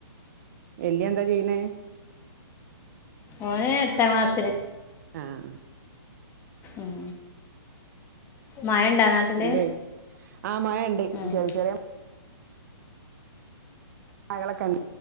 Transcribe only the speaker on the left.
ഓനെ എട്ടാം ക്ലാസിൽ
ഉം മഴണ്ടാ നാട്ടില്
ഉം